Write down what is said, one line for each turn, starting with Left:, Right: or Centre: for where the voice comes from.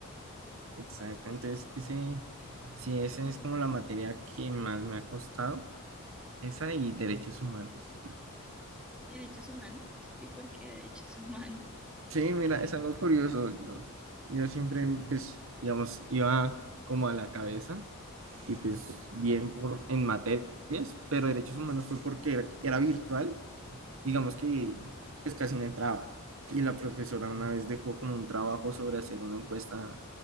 Right: Exacto, entonces ese, sí, esa es como la materia que más me ha costado, esa y derechos humanos.
Centre: Derechos humanos. ¿Y por qué derechos <laughs> humanos?
Right: Sí, mira, es algo curioso, yo, yo siempre, pues, digamos, iba como a la cabeza y pues bien por, en materias, pero derechos humanos fue porque era, era virtual. digamos que pues casi no entraba. Y la profesora una vez dejó como un trabajo sobre hacer una encuesta